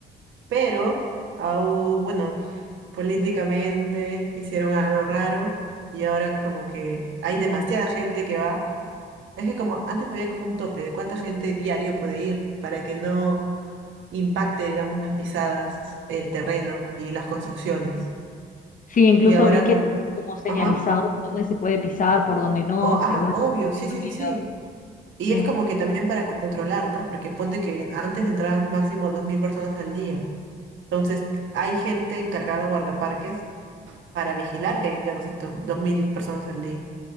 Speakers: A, on the right; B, on the left.
A: Pero, au- bueno, políticamente hicieron algo raro y ahora como que hay demasiada gente que va. Es que como antes había como un tope de cuánta gente diario puede ir para que no impacte, digamos, las pisadas, el terreno y las construcciones.
B: Sí, Sí, incluso
A: Y ahora
B: vi que
A: como,
B: tiene como señalizado
A: ajá,
B: por dónde se puede pisar, por dónde no,
A: oh, ah,
B: según
A: obvio,
B: lo que
A: sí,
B: vi
A: sí,
B: en
A: sí,
B: videos.
A: sí. Y
B: Sí,
A: es como que también para controlar, ¿no? Porque ponte que antes entraban máximo 2.000 personas al día. Entonces, hay gente encargada de guardaparques para vigilar que haya doscientos dos mil personas al día.